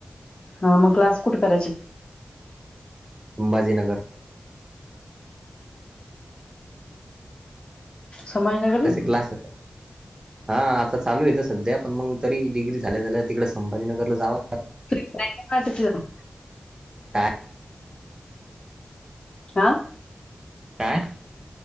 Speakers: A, on the left; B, on the right.
A: हा मग क्लास कुठे करायची?
B: संभाजीनगर
A: संभाजीनगरला
B: तसे क्लास यातात. हा आता चालू येत सध्या पण मग तरी डिग्री, झाल्या झाल्या तिकडे संभाजीनगर ला जाव
A: तु का <unintelligible>
B: काय
A: आ
B: काय